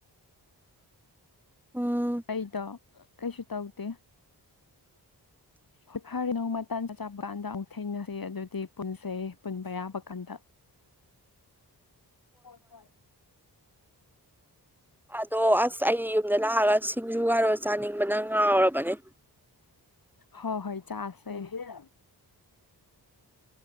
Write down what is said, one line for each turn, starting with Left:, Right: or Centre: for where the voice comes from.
Centre: ꯎꯝ
Left: ꯑꯩꯗꯣ ꯀꯩꯁꯨ ꯇꯧꯗꯦ
Centre: <inaudible>
Left: ꯍꯣꯏ ꯐꯥꯔꯦ ꯅꯣꯡꯃꯥ ꯇꯟ ꯆꯥ ꯆꯥꯕ ꯀꯥꯟꯗ ꯑꯃꯨꯛ ꯊꯦꯡꯅꯁꯤ ꯑꯗꯨꯗꯤ ꯄꯨꯟꯁꯦ ꯄꯨꯟꯕ ꯌꯥꯕ ꯀꯥꯟꯗꯥ
Centre: <inaudible>
Left: ꯍꯣꯏ ꯍꯣꯏꯠ
Centre: ꯑꯗꯣ ꯑꯁ ꯑꯩ ꯌꯨꯝꯗꯥ ꯂꯥꯛꯑꯒ ꯁꯤꯡꯖꯨꯒꯥꯔꯣ ꯆꯥꯅꯤꯡꯕꯅ ꯉꯥꯎꯔꯕꯅꯦ
Left: ꯍꯣ ꯍꯣꯏ ꯆꯥꯁꯦ <unintelligible>